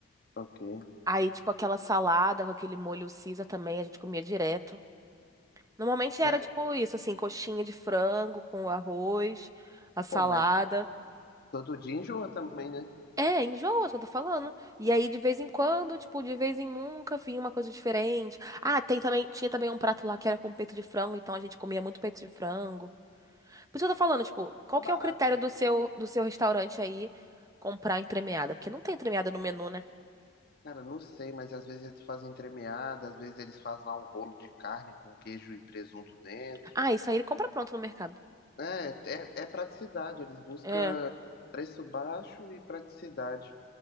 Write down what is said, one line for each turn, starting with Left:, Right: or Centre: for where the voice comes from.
Left: Ok.
Right: Aí, tipo, aquela salada com aquele molho Caesar também, a gente comia direto. Normalmente era
Left: Cara,
Right: tipo isso, assim, coxinha de frango com arroz, a salada.
Left: pô, mas todo dia enjoa também, né?
Right: É, enjoa, é o que eu tô falando. E aí, de vez em quando, tipo, de vez em nunca, vinha uma coisa diferente. Ah, tem também, tinha também um prato lá que era com peito de frango, então a gente comia muito peito de frango. Por isso que eu tô falando, tipo, qual
Left: É
Right: que
Left: barato,
Right: é o critério
Left: né?
Right: do seu, do seu restaurante aí comprar entremeada? Porque não tem entremeada no menu, né?
Left: Cara, não sei, mas às vezes eles fazem entremeada, às vezes eles fazem lá um rolo de carne com queijo e presunto dentro.
Right: Ah, isso aí ele compra pronto no mercado.
Left: É, é, é praticidade, eles buscam
Right: É,
Left: preço baixo e praticidade.